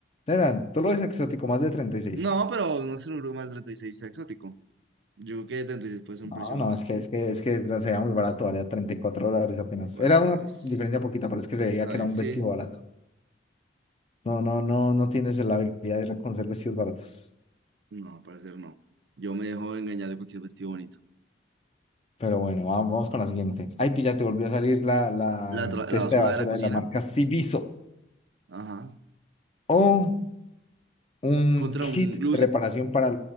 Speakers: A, on the left; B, on the right.
A: Será, tú lo ves exótico, más de 36?
B: No, pero no se creo que más de 36 sea exótico. Yo creo que 36 puede ser
A: No,
B: un precio
A: no,
B: más de
A: es que, es que, es que la- se veía muy barato, valía 34 dólares apenas.
B: 4
A: Era una
B: dólares.
A: diferencia poquita, pero es que se veía
B: ¿Está
A: que
B: bien?
A: era un
B: Sí.
A: vestido barato. No, no, no, no tienes la habilidad de reconocer vestidos baratos.
B: No, al parecer no. Yo me dejo engañar de cualquier vestido bonito.
A: Pero bueno, vamos, vamos con la siguiente. Ay, pilla, te volvió a salir la, la
B: La, tra-
A: cesta
B: la basura
A: de basura
B: de la cocina,
A: de la marca Civiso.
B: ajá.
A: O un
B: Contra
A: kit
B: un luz
A: de reparación para